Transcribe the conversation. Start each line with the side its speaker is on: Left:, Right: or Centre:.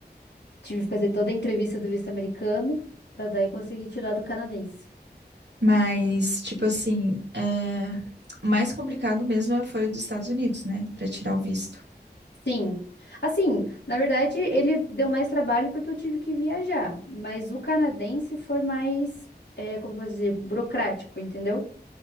Left: tive que fazer toda a entrevista do visto americano para daí conseguir tirar do canadense.
Right: Mas, tipo assim, é... o mais complicado mesmo foi o dos Estados Unidos, né? Para tirar o visto.
Left: Sim. Assim, na verdade, ele deu mais trabalho porque eu tive que viajar, mas o canadense foi mais, é, como posso dizer, burocrático, entendeu?